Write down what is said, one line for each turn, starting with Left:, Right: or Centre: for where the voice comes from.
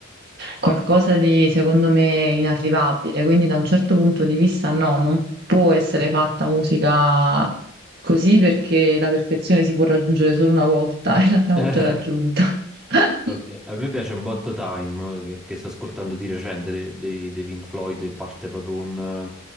Right: qualcosa di secondo me inarrivabile, quindi da un certo punto di vista no, non può essere fatta musica così perché la perfezione si può raggiungere solo una volta <laughs> e l'abbiamo
Centre: <laughs>
Right: già raggiunta. <laughs>
Centre: Ok, A me piace un botto Time che, che sto ascoltando di recente de- dei, dei Pink Floyd che parte proprio un, eh,